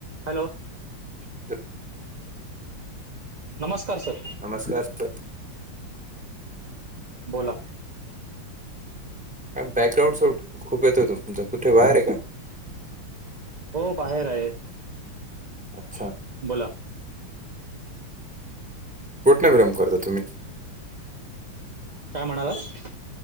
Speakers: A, on the right; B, in the centre.
A: Hello.
B: <inaudible>
A: नमस्कार sir.
B: नमस्कार sir.
A: बोला.
B: बँकग्रॉउड साउंड, खूप येतोय तुमचा. कुठंये बाहेर आहे का?
A: हो बाहेर आहे.
B: अच्छा
A: <inaudible> बोला.
B: कुठंल <unintelligible> करता तुम्ही?
A: काय म्हणालात?